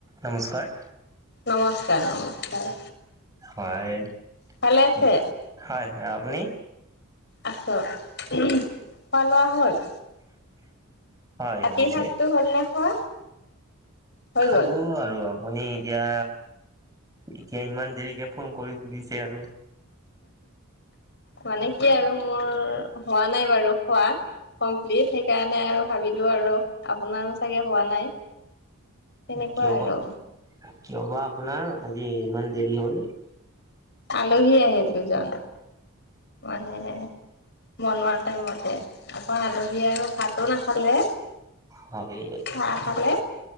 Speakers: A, on the right; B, on the left.
A: নমস্কাৰ।
B: নমস্কাৰ, নমস্কাৰ।
A: হয়
B: ভালে আছে
A: কি হয়, হয় আপুনি।
B: আছো খোৱা, লোৱা হ'ল।
A: হয়,
B: ৰাতিৰ
A: শনিছে
B: সাজটো হ'ল নে খোৱা হৈ
A: খালো
B: গ'ল
A: আৰু। আপুনি এতিয়া এতিয়া ইমান দেৰিকে ফোন কৰি সুধিছে আৰু।
B: মানে কি আৰু মোৰ হোৱা নাই বাৰু খোৱা। কমপ্লিট সেইকাৰণে আৰু ভাবিলো আৰু আপোনাৰো চাগে হোৱা নাই। তেনেকুৱা
A: কিয়
B: আৰু।
A: বা কিয় বা আপোনাৰ আজি ইমান দেৰি হ'ল।
B: আলহী আহিল দুজন মানে। বনোৱাৰ টাইমতে আকৌ আলহী আৰু ভাতো নাখালে।
A: হয়।
B: চাহ খালে?